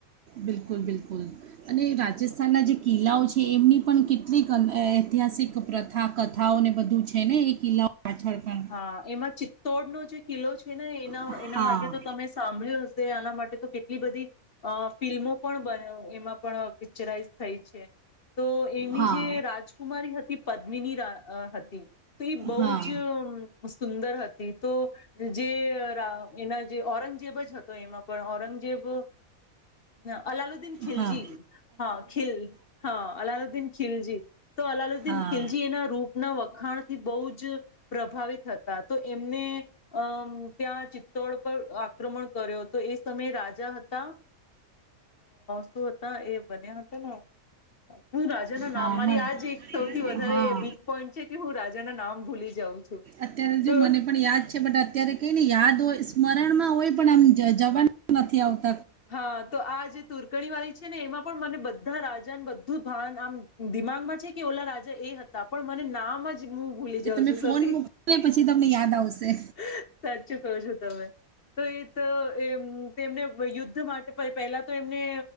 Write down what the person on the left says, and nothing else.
હા! એમાં ચિત તોડ નો જે કિલ્લો છે ને, એ નાં
એના માટે તો તમે સાંભળ્યું ઝ તે, આના માટે તો કેટલી બધી અ ફિલ્મો પણ બન એમાં પણ પિક્ચરાઈઝ થઈ છે. તો એની,
જે રાજકુમારી હતી. પદ્મી ની રાઅ હતી. તે ઈ બઉ
જ સુંદર હતી તો, જે રા એના જે ઔરંગજેબ જ હતો. એમાં પણ, ઔરંગજેબ અલાલુદ અલાલુદીન ખિલજી
હા ખીલ, હા અલાલુદ્દીન ખિલજી, તો અલાલુદ્દીન
ખિલજી એના રૂપ ના વખાણ થી બહું જ પ્ર પ્રભાવિત હતા. તો, એમને અમ ત્યાં ચિત્તોડ પર આક્રમણ કર્યો તો, એ સમયે રાજા હતા. શું હતા એ બન્યા હતા ને હું રાજા ના નામ,
મારી
આજ એક સૌથી વધારે
વીક પોઈન્ટ છે કે, હું રાજ જના નામ ભૂલી જઉ છું.
તો
હા! તો આજ તુર્કી ગણી વાળી છે ને, એમાં પણ મને બધા રાજાને, બધું ભાન આમ દિમાગમાં છે કે, ઓલા રાજા એ હતા. પણ મને નામ જ હું ભૂલી જાઉં
છું
<unintelligible> સાચું કો છો તમે, તો એ તો એમ તેમને યુદ્ધ યુદ્ધ માટે પહેલા તો એમને